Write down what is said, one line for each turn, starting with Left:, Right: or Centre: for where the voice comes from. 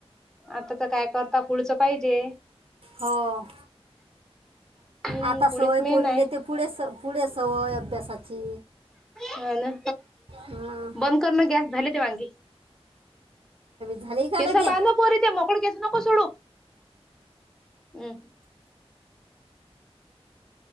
Centre: आता तर काय करता पुढच पाहिजे
Right: हो
Centre: हम्म
Right: आता
Centre: पुढेच
Right: सवय
Centre: मेन
Right: पुोरीले
Centre: आहे
Right: ते पुढे स पुढे सवय अभ्यासाची
Centre: ह न
Right: हां
Centre: बंद कर ना गॅस झाली ते वांगी
Right: झाली का
Centre: केसा
Right: लगे
Centre: बांध पोरी ते मोकळ केस नको सोडू हम्